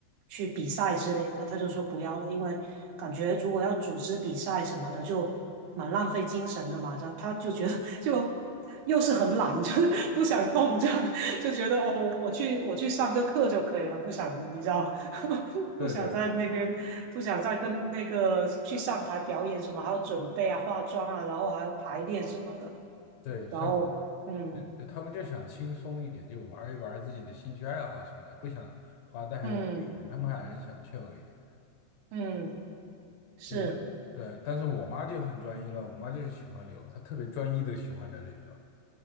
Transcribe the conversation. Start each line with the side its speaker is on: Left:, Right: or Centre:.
Right: 去比赛之类的，他就说不要了，因为感觉如果要组织比赛什么的，就蛮浪费精神的嘛。他他就觉得 <laughs> 就又是很懒，就不想动这样。就觉得哦，我我去我去上个课就可以了，不想你知道，<laughs>
Left: 对对对
Right: 不想在那边，不想再跟那个去上台表演什么，还要准备啊、化妆啊，然后还要排练什么的，
Left: 对，像我
Right: 然后嗯
Left: 对对，他们就想轻松一点，就玩一玩自己的兴趣爱好什么的，不想花太多时间。
Right: 嗯
Left: 他们还是想 c h 一点，
Right: 嗯是
Left: 就是对。但是我妈就很专一了，我妈就是喜欢旅游，她特别专一的喜欢着旅游，